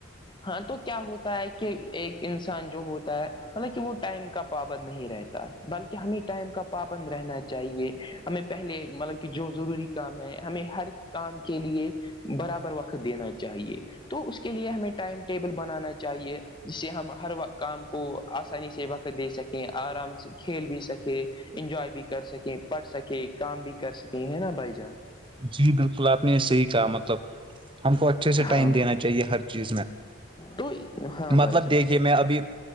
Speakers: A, on the left; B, on the right.
A: ہاں تو کیا ہوتا ہے کہ ایک انسان جو ہوتا ہے مطلب کی وہ ٹائم کا پابند نہیں رہتا بلکہ ہمیں ٹائم کا پابند رہنا چاہیے ہمیں پہلے مطلب کہ جو ضروری کام ہے ہمیں ہر کام کے لیے برابر وقت دینا چاہیے تو اس کے لیے ہمیں ٹائم ٹیبل بنانا چاہیے جس سے ہم ہروقت کام کو آسانی سے وقت دے سکیں آرام سے کھیل بھی سکیں انجوائے بھی کر سکیں پڑھ سکے کام بھی کر سکیں ہے نا بھائی جان
B: جی بالکل آپ نے یہ صحیح کہا مطلب ہم کو اچھے سے ٹائم
A: ہاں
B: دینا چاہیے ہر چیز میں
A: تو ہاں
B: مطلب
A: بھائی جان
B: دیکھیے میں ابھی